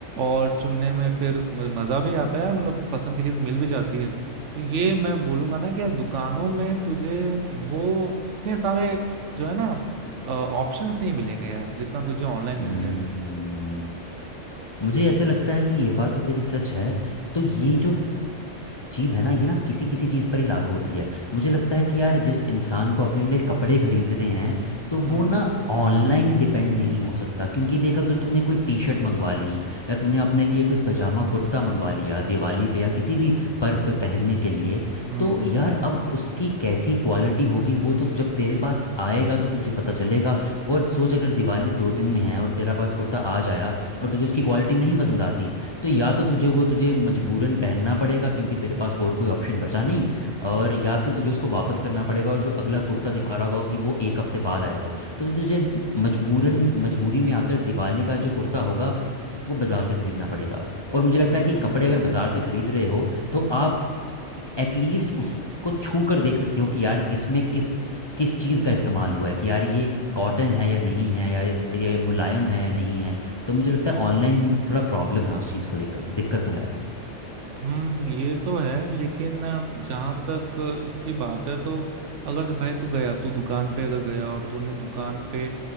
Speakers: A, on the right; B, on the left.
A: और चुनने में फिर म- मजा भी आता है मतलब पसंद की चीज मिल भी जाती है तो ये मैं बोलूंगा ना कि यार दुकानों में तुझे वो उतने सारे जो है ना ऑप्शंस नहीं मिलेंगे यार जितना तुझे ऑनलाइन
B: हम्म।
A: मिल जाएगा
B: मुझे ऐसे लगता है कि ये बात तो तेरी सच है तो ये जो चीज़ है ना ये ना किसी किसी चीज़ पर ही लागू होती है मुझे लगता है कि यार जिस इंसान को अपने लिए कपड़े खरीद रहे हैं तो वो
A: हम्म
B: ना ऑनलाइन डिपेंड नहीं हो सकता क्योंकि देख अगर तूने कोई टी शर्ट मंगवा ली या तूने अपने लिए कोई पजामा कुर्ता मंगवा लिया दिवाली पे या किसी भी पर्व पे पहनने के लिए
A: हम्म
B: तो
A: हम्म
B: यार अब उसकी कैसी क्वालिटी होगी वो तो जब तेरे पास आएगा तो तुझे पता चलेगा और सोच अगर दिवाली दो दिन में है और तेरा पास कुर्ता आज आया और तुझे उसकी क्वालिटी नहीं पसंद आती तो या तो तुझे वो तुझे मजबूरन पहनना पड़ेगा क्योंकि तेरे पास और कोई ऑप्शन बचा नहीं और या फिर तुझे उसको वापस करना पड़ेगा और जो अगला कुर्ता दिखा रहा होगा कि वो एक हफ्ते बाद आएगा तो तुझे मजबूरन मजबूरी में आकर दिवाली का जो कुर्ता होगा वो बाज़ार से खरीदना पड़ेगा और मुझे लगता
A: हम्म
B: है कि कपड़े अगर बाज़ार से खरीद रहे हो तो आप एटलीस्ट उसको छू कर देख सकते हो कि यार इसमें किस किस चीज़ का इस्तेमाल हुआ है कि यार ये कॉटन है या नहीं है या इस ये मुलायम है या नहीं है तो मुझे लगता है ऑनलाइन थोड़ा प्रॉब्लम है उस चीज़ को लेकर दिक्कत तो है
A: हम्म ये तो है लेकिन जहां तक इसकी बात है तो अगर भाई तू गया तू दुकान पे अगर गया और तूने दुकान पे